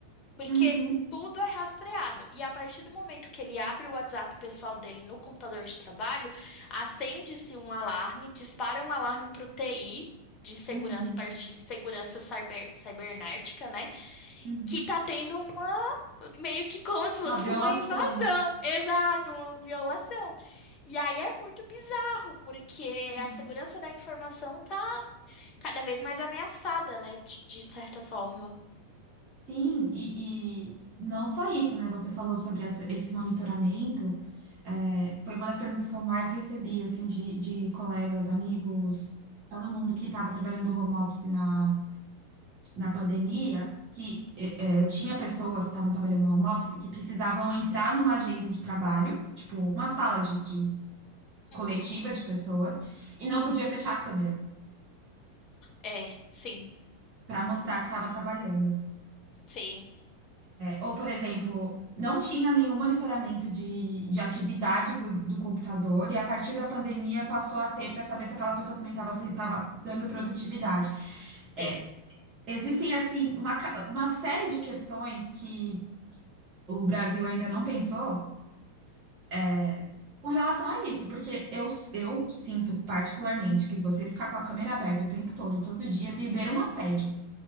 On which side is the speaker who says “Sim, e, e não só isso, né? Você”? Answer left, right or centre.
Right